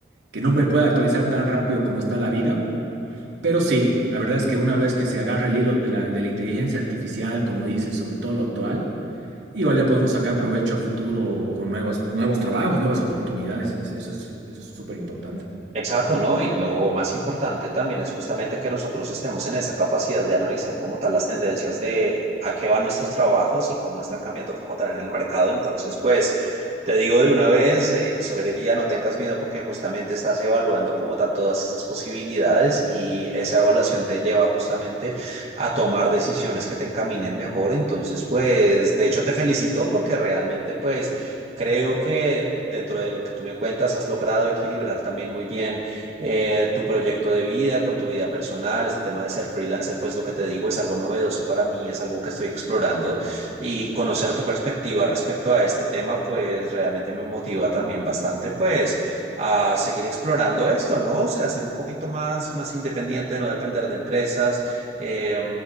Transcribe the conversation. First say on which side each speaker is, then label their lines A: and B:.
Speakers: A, on the right; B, on the right.
A: que no me pueda actualizar tan rápido como está la vida, pero sí, la verdad es que una vez que se agarra el hilo de la, de la inteligencia artificial, como dices, sobre todo lo actual, Igual le podemos sacar provecho a futuro con nuevos, nuevos trabajos, nuevas oportunidades. es- Eso es, eso es súper importante.
B: Exacto, ¿no? Y lo más importante también es justamente que nosotros estemos en esa capacidad de analizar como tal las tendencias de a qué van nuestros trabajos y cómo están cambiando como tal en el mercado. Entonces, pues te digo de una vez, eh, te sugeriría no tengas miedo porque justamente estás evaluando como tal todas esas posibilidades y esa evaluación te lleva justamente a tomar decisiones que te encaminen mejor. Entonces, pues de hecho te felicito porque realmente pues... Creo que dentro de lo que tú me cuentas, has logrado equilibrar también muy bien eh, tu proyecto de vida con tu vida personal. Este tema de ser freelancer, pues lo que te digo es algo novedoso para mí, es algo que estoy explorando y conocer tu perspectiva respecto a este tema, pues realmente me motiva también bastante, pues a seguir explorando esto, ¿no? O sea, ser un poquito más, más independiente, no depender de empresas eh,